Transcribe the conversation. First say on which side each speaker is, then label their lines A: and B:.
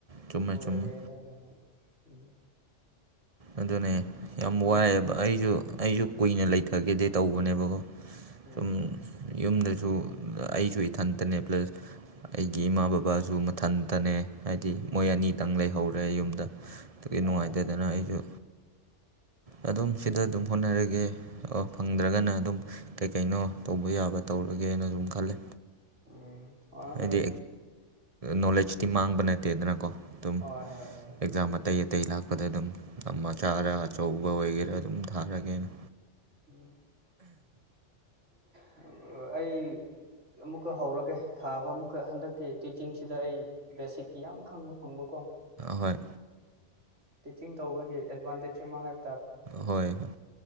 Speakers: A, on the right (about 35°); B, on the right (about 75°).
A: ꯆꯨꯝꯃꯦ
B: ꯑꯗꯨꯝ ꯑꯣꯏꯔꯒꯦꯗꯅꯅ
A: ꯆꯨꯝꯃꯦ
B: ꯎꯝ
A: ꯑꯗꯨꯅꯦ ꯌꯥꯝ
B: ꯎꯝ
A: ꯋꯥꯏꯑꯕ ꯑꯩꯁꯨ ꯑꯩꯁꯨ ꯀꯨꯏꯅ ꯂꯩꯊꯒꯦꯗꯤꯦ ꯇꯧꯕꯅꯦꯕꯀꯣ
B: ꯎꯝ
A: ꯁꯨꯝ ꯌꯨꯝꯗ ꯁꯨ ꯑꯩꯁꯨ ꯏꯊꯟꯇꯅꯦ ꯄ꯭ꯂꯁ ꯑꯩꯒꯤ ꯏꯃꯥ ꯕꯕꯥꯁꯨ ꯃꯊꯟꯇꯅꯦ ꯍꯥꯏꯗꯤ ꯃꯣꯏ
B: ꯎꯝ
A: ꯑꯅꯤꯇꯪ ꯂꯩꯍꯧꯔꯦ ꯌꯨꯝꯗ ꯑꯗꯨꯒꯤ
B: ꯍꯣꯏ
A: ꯅꯨꯡꯉꯥꯏ ꯇꯦꯗꯅ ꯑꯩꯁꯨ ꯑꯗꯨꯝ ꯁꯤꯗ ꯑꯗꯨꯝ ꯍꯣꯠꯅꯔꯒꯦ ꯑꯣ ꯐꯪꯗ꯭ꯔꯒꯅ ꯑꯗꯨꯝ ꯀꯩ ꯀꯩꯅꯣ ꯇꯧꯕ ꯌꯥꯕ ꯇꯧꯔꯒꯦꯅ ꯗꯨꯝ ꯈꯜꯂꯦ
B: ꯎꯝ ꯍꯣꯏ ꯍꯣꯏ
A: ꯑꯩꯗꯤ ꯅꯣꯂꯦꯖ ꯃꯥꯥꯡꯕ ꯅꯠ ꯇꯦꯗꯅꯀꯣ ꯑꯗꯨꯝ
B: ꯍꯣꯏ ꯍꯣꯏ ꯍꯣꯏ
A: ꯑꯦꯛꯖꯥꯝ ꯑꯇꯩ ꯑꯇꯩ ꯂꯥꯛꯄꯗ ꯑꯗꯨꯝ ꯃꯆꯔ ꯑꯆꯧ ꯑꯆꯧꯕ ꯑꯣꯏꯒꯦꯔꯥ ꯑꯗꯨꯝ ꯊꯥꯔꯒꯦꯅ
B: ꯎꯝ ꯑꯣ ꯑꯣ ꯑꯩ ꯑꯃꯨꯛꯀ ꯍꯧꯔꯒꯦ ꯊꯥꯕ ꯑꯃꯨꯛꯀ ꯍꯟꯗꯛꯀꯤ ꯇꯤꯆꯤꯡꯁꯤꯗ ꯑꯩ ꯕꯦꯁꯤꯛꯀꯤ ꯌꯥꯝ ꯈꯪꯕ ꯐꯪꯕꯀꯣ
A: ꯍꯣꯏ
B: ꯇꯤꯆꯤꯡ ꯇꯧꯕꯒꯤ ꯑꯦꯗꯚꯥꯟꯇꯦꯖ ꯑꯃ ꯍꯥꯏ
A: ꯍꯣꯏ ꯍꯣꯏ